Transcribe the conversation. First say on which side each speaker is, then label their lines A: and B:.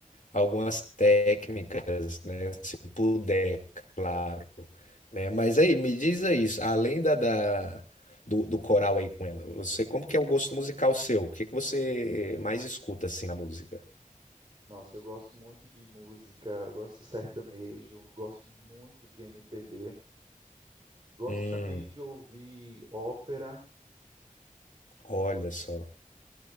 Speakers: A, on the left; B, on the right.
A: algumas técnicas, né? Se puder, claro, né? Mas aí, me diz aí, além da, da- do, do coral aí com ela, você como que é o gosto musical seu? O que que você mais escuta assim na música?
B: Nossa, eu gosto muito de música, gosto de sertanejo, gosto muito de MPB, gosto
A: Hum,
B: também de ouvir ópera,
A: olha só,